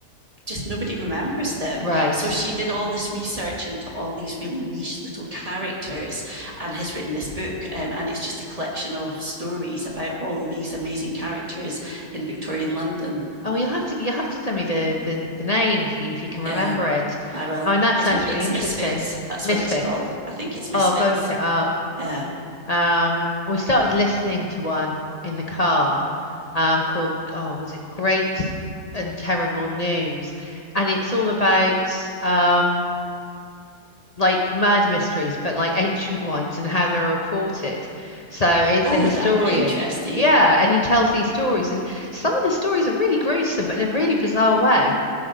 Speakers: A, on the right; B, on the left.
A: just nobody remembers them.
B: right.
A: So she did all this research into all these really niche little characters and has written this book. Um, and it's just a collection of stories about all these amazing characters in Victorian London.
B: Oh, you'll have to you'll have to send me the, the the name if you if you can remember
A: Yeah.
B: it.
A: I will.
B: Oh, and that
A: It's,
B: sounds really
A: it's
B: interesting.
A: Misfits. That's
B: Misfits.
A: what it's called. I think it's Misfits.
B: Oh, I'll go and look it up.
A: Yeah.
B: Um, we started listening to one in the car, um, called, oh, was it Great and Terrible News? And it's all about um, like murder mysteries, but like ancient <laughs> ones and how they're reported. So it's
A: oh,
B: a historian.
A: would that be interesting?
B: Yeah, and he tells these stories, and some of the stories are really gruesome, but in a really bizarre way.